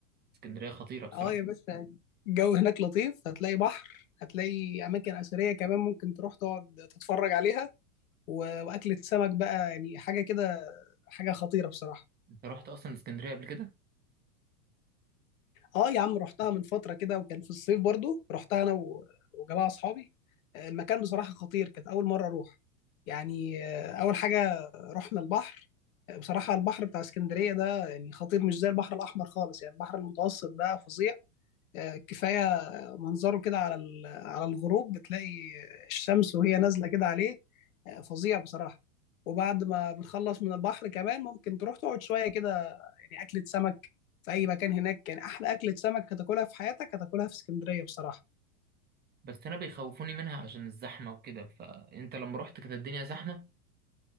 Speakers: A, on the right (about 20°); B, on the left (about 65°).
A: اسكندريه خطيره بصراحه
B: اه يا باشا الجو هناك لطيف هتلاقي بحر هتلاقي اماكن اثريه كمان ممكن تروح تقعد تتفرج عليها و- واكله سمك بقى يعني حاجه كده حاجه خطيره بصراحه
A: انت رحت اصلا اسكندريه قبل كده
B: اه يا عم رحتها من فتره كده وكان في الصيف برضو رحتها انا و- وجماعه اصحابي آه، المكان بصراحه خطير كانت اول مره اروح يعني آه، اول حاجه رحنا البحر آه، بصراحه البحر بتاع اسكندريه ده يعني خطير مش زي البحر الاحمر خالص يعني البحر المتوسط ده فظيع آه، كفايه منظره كده على ال- على الغروب بتلاقي الشمس وهي نازله كده عليه آه، فظيع بصراحه وبعد ما بتخلص من البحر كمان ممكن تروح تقعد شويه كده يعني اكله سمك في اي مكان هناك يعني احلى اكله سمك هتاكلها في حياتك هتاكلها في اسكندريه بصراحه
A: بس انا بيخوفوني منها عشان الزحمه وكده فانت لما رحت كانت الدنيا زحمه